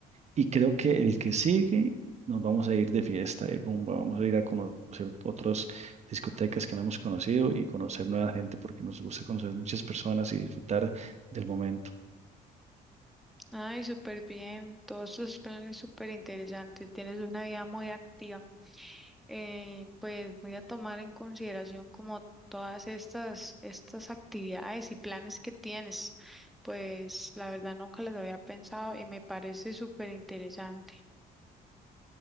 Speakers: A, on the right (about 40°); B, in the centre.
A: Y creo que el que sigue nos vamos a ir de fiesta, de rumba, vamos a ir a conocer otras discotecas que no hemos conocido y conocer nueva gente, porque nos gusta conocer muchas personas y disfrutar del momento.
B: Ay, súper bien, todos tus planes súper interesantes, tienes una vida muy activa. Eh, pues voy a tomar en consideración como todas estas, estas actividades y planes que tienes. Pues la verdad nunca las había pensado y me parece súper interesante.